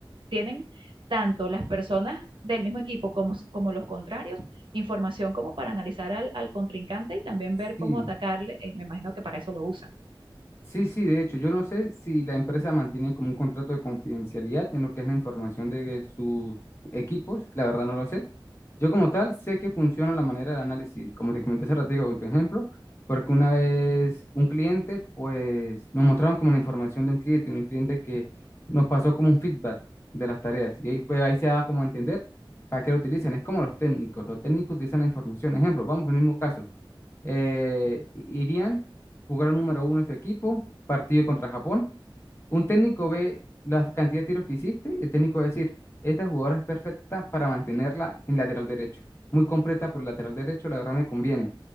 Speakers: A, on the right; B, on the left.
A: tienen tanto las personas del mismo equipo como, como los contrarios, información como para analizar al, al contrincante y también ver
B: Sí,
A: cómo atacarle. Eh, me imagino que para eso lo usan.
B: Sí, sí, de hecho, yo no sé si la empresa mantiene como un contrato de confidencialidad en lo que es la información de sus equipos, la verdad no lo sé. Yo como tal sé que funciona la manera del análisis, como te comenté hace ratito con tu ejemplo, porque una vez un cliente, pues nos mostraron como la información de un cliente, un cliente que nos pasó como un feedback de las tareas y ahí fue, ahí se da como a entender para qué lo utilizan. Es como los técnicos, los técnicos utilizan la información. Ejemplo, vamos por el mismo caso eh, Irían, jugar número uno en su equipo, partido contra Japón. Un técnico ve la cantidad de tiros que hiciste y el técnico va a decir, esta jugadora es perfecta para mantenerla en lateral derecho. Muy completa por el lateral derecho, la verdad me conviene.